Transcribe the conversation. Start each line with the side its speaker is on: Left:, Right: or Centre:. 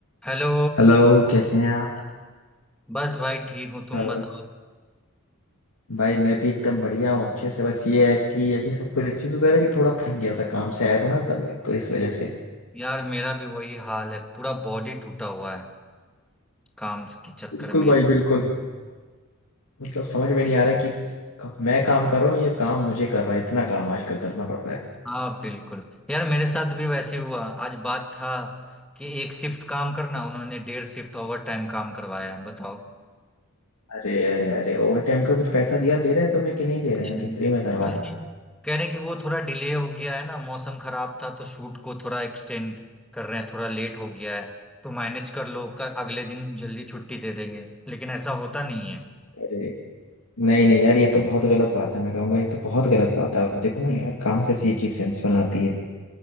Centre: Hello
Left: हेलो कैसे हैं आप
Centre: बस भाई ठीक हूँ तुम
Left: हेलो
Centre: बताओ
Left: भाई मैं भी एकदम बढ़िया हूँ अच्छे से बस ये है कि अभी सब कुछ अच्छे से चल कि थोड़ा थक गया था काम से आया था ना सर मैं तो इस वजह से
Centre: यार मेरा भी वही हाल है पूरा बॉडी टूटा हुआ है काम के चक्कर
Left: बिल्कुल
Centre: में
Left: भाई बिल्कुल मतलब समझ में नहीं आ रहा कि क- मैं काम कर रहा हूँ या काम मुझे कर रहा है इतना काम आजकल करना पड़ रहा है
Centre: हाँ बिल्कुल यार मेरे साथ भी वैसे हुआ आज बात था कि एक शिफ्ट काम करना उन्होंने डेढ़ शिफ्ट ओवर टाइम काम करवाया है बताओ
Left: अरे अरे अरे ओवर टाइम का कुछ पैसा दिया दे रहे हैं तुम्हें कि नहीं दे
Centre: कुछ
Left: रहे हैं
Centre: नहीं
Left: कि फ्री में करवा
Centre: कुछ
Left: रहे
Centre: नहीं
Left: हो
Centre: कह रहे कि वो थोड़ा डिले हो गया है ना मौसम खराब था तो शूट को थोड़ा एक्सटेंड कर रहे हैं थोड़ा लेट हो गया है तो मैनेज कर लो कर अगले दिन जल्दी छुट्टी दे देंगे लेकिन ऐसा होता नहीं है
Left: अरे नहीं नहीं यार ये तो बहुत गलत बात है मैं कहूंगा ये तो बहुत गलत बात है आप देखो ना यार कहाँ से ऐसी चीज सेंस बनाती है